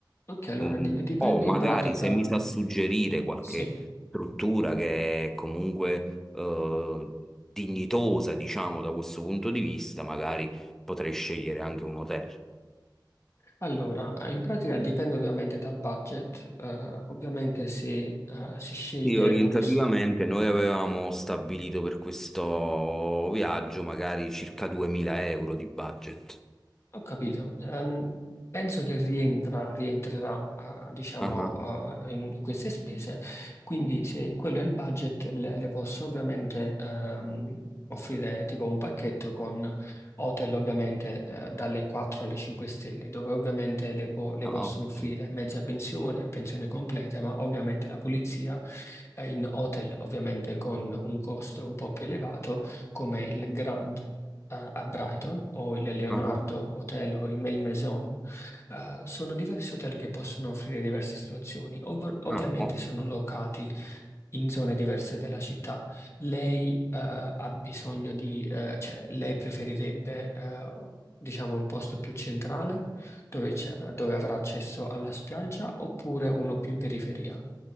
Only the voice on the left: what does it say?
Ok, allora
di- dipende
in pratica,
sì.
Allora, eh, in pratica dipende ovviamente dal budget. Eh, ovviamente se eh, si sceglie
uno,
Ho capito. Ehm, penso che rientra, rientrerà, ah, diciamo,
ah, in, in queste spese, quindi se quello è il budget, le, le posso ovviamente ehm, offrire tipo un pacchetto con hotel ovviamente eh, dalle 4 alle 5 stelle, dove ovviamente le, po- le
possono
offrire mezza pensione, pensione completa, ma ovviamente la pulizia eh, in hotel ovviamente con un costo un po' più elevato, come il Grand a a Brighton o il Leonardo
Hotel o il Malmaison, eh, sono diversi hotel che possono offrire diverse situazioni. Ov- ovviamente
sono locati in zone diverse della città. Lei, eh, ha bisogno di, eh, cioè, lei preferirebbe, eh, diciamo, un posto più centrale dove, c'è- dove avrà accesso alla spiaggia oppure uno più in periferia?